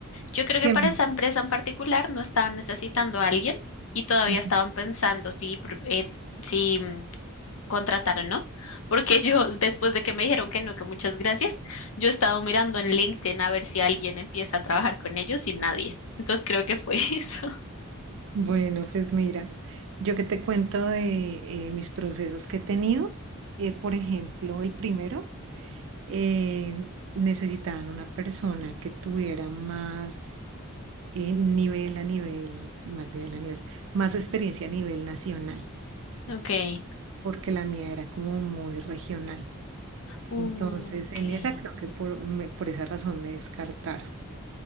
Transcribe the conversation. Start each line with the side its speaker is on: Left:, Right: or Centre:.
Left: Yo creo
Right: ¿Qué
Left: que para
Right: más?
Left: esa empresa en particular no estaban necesitando a alguien y todavía
Right: Ujú.
Left: estaban pensando si, pr- eh, si mm, contratar o no, porque <laughs> yo después de que me dijeron que no, que muchas gracias, yo he estado mirando en LinkedIn a ver si alguien empieza a trabajar con ellos y nadie. Entonces creo que fue <laughs> eso.
Right: Bueno, pues mira, yo que te cuento de eh, mis procesos que he tenido, eh, por ejemplo, el primero, eh, necesitaban una persona que tuviera más eh, nivel a nivel, más nivel a nivel, más experiencia a nivel nacional.
Left: okay
Right: porque la mía era como muy regional.
Left: Uh,
Right: Entonces,
Left: ok.
Right: en esa creo que por, me- por esa razón me descartaron.